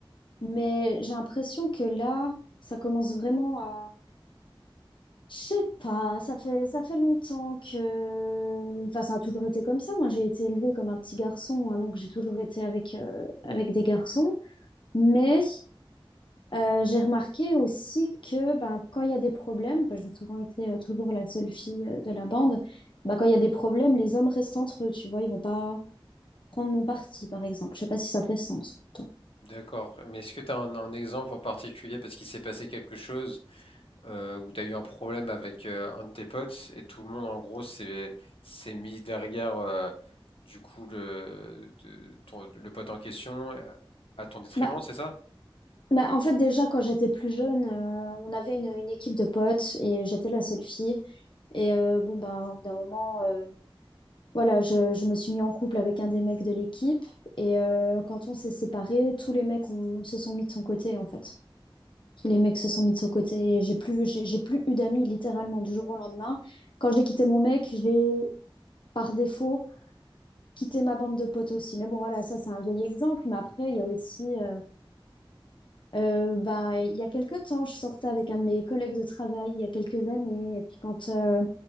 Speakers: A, on the left; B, on the left.
A: Mais j'ai l'impression que là, ça commence vraiment Je sais pas, ça fait, ça fait longtemps que... Enfin, ça a toujours été comme ça. Moi, j'ai été élevée comme un petit garçon, hein, donc j'ai toujours été avec, euh, avec des garçons. Mais euh, j'ai remarqué aussi que ben, quand il y a des problèmes, ben, j'ai souvent été euh, toujours la seule fille euh, de la bande, ben, quand il y a des problèmes, les hommes restent entre eux, tu vois, ils vont pas prendre mon parti, par exemple. Je sais pas si ça fait sens pour toi.
B: d'accord. Mais est-ce que t'as un, un exemple en particulier parce qu'il s'est passé quelque chose? euh, où t'as eu un problème avec euh, un de tes potes et tout le monde en gros s'est s'est mis derrière euh, du coup le de- ton- le pote en question à ton détriment,
A: Bah,
B: c'est ça?
A: bah, en fait, déjà, quand j'étais plus jeune, euh, on avait une, une équipe de potes et j'étais la seule fille. Et euh, bon, bah, au bout d'un moment, euh, Voilà, je, je me suis mis en couple avec un des mecs de l'équipe et euh, quand on s'est séparés, tous les mecs ont- se sont mis de son côté en fait. Tous les mecs se sont mis de son côté et j'ai plus, j'ai j'ai plus eu d'amis littéralement du jour au lendemain. Quand j'ai quitté mon mec, j'ai par défaut quitté ma bande de potes aussi. Mais bon, voilà, ça c'est un vieil exemple. Mais après, il y a aussi, euh, euh, bah, il y a quelques temps, je sortais avec un de mes collègues de travail il y a quelques années et puis quand, euh,